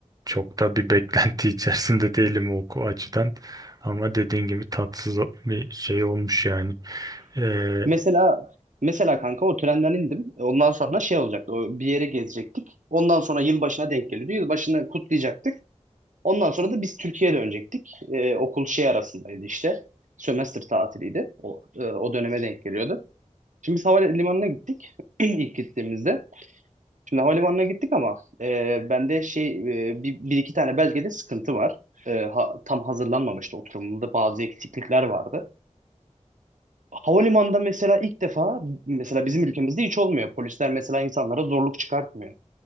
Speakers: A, on the right; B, on the right.
A: çok da bir beklenti <laughs> içerisinde değilim o, o açıdan ama dediğin gibi tatsız bir şey olmuş yani Ee,
B: Mesela mesela kanka o trenden indim. Ondan sonra şey olacaktı. O bir yere gezecektik. Ondan sonra yılbaşına denk geliyordu. Yılbaşını kutlayacaktık. Ondan sonra da biz Türkiye'ye dönecektik. E, okul şey arasındaydı işte. Sömestr tatiliydi. O, e, o döneme denk geliyordu. Şimdi biz havalimanına gittik <clears throat> ilk gittiğimizde. Şimdi havalimanına gittik ama e, bende şey e, bir, bir iki tane belgede sıkıntı var. E, ha- tam hazırlanmamıştı oturumumda bazı eksiklikler vardı. Havalimanında mesela ilk defa mesela bizim ülkemizde hiç olmuyor. Polisler mesela insanlara zorluk çıkartmıyor.